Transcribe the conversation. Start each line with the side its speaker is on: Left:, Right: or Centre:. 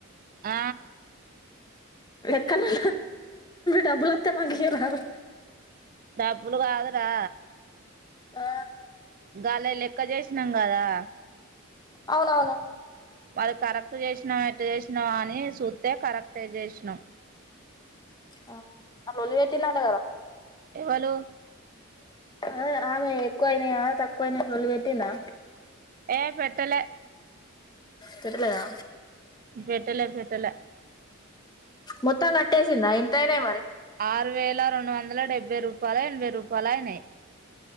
Right: ఆ
Left: లెక్కలు డబ్బులోత్తే మాకీయరాదు
Right: డబ్బులు గాదురా
Left: ఆ
Right: గాలే లెక్క చేసినం గదా
Left: అవునవును
Right: మరి కరెక్ట్ చేస్నామ్ ఎట్చేస్నామా అని చూస్తే కరక్ట్ జేస్సినామ్
Left: ఆ అ లోల్లి వెట్టిదంటా గదా
Right: ఎవలు
Left: హా ఆమె ఎక్కువైనయా తక్కువయ్నా అని లొల్లి వెట్టిందా
Right: ఏ పెట్టలె
Left: పెట్టలేదా
Right: పెట్టలే పెట్టలా
Left: మొత్తాం గట్టేసిందా ఎంతైనాయ్ మరి
Right: ఆరువేలరెండువందల డెబ్బైరూపాయలఎనభై రూపాయల అయినయ్